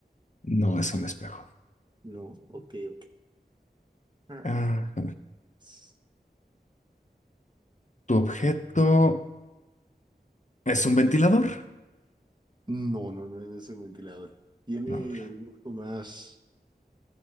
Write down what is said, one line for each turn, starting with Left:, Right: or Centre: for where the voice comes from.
Left: No es un espejo.
Right: No, ok, ok. Ah,
Left: Ah,
Right: s-
Left: ¿tu objeto es un ventilador?
Right: No, no, no es un ventilador. Tiene
Left: No, ¿verdad?
Right: un uso más.